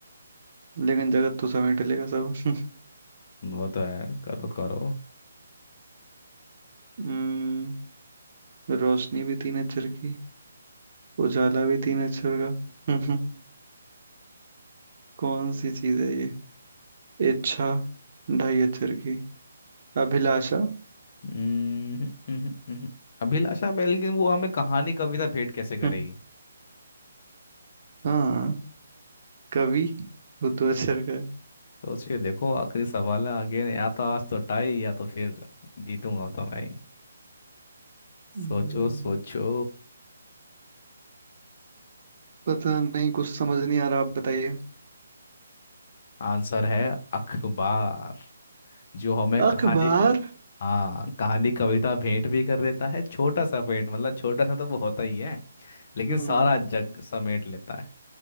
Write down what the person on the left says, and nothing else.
वो तो है करो करो
हम्म, हम्म, हम्म। हम्म। अभिलाषा में लेकिन वो हमें कहानी कविता भेंट कैसे करेगी
सोचिए देखो आखिरी सवाल है आगे या तो आज तो टाई या तो फिर जीतूंगा तो मैं ही
सोचो सोचो
आंसर है अखबार जो हमें
कहानी का हाँ कहानी कविता भेंट भी कर देता है छोटा सा भेंट मतलब छोटा सा तो वो होता ही है लेकिन
सारा जग समेट लेता है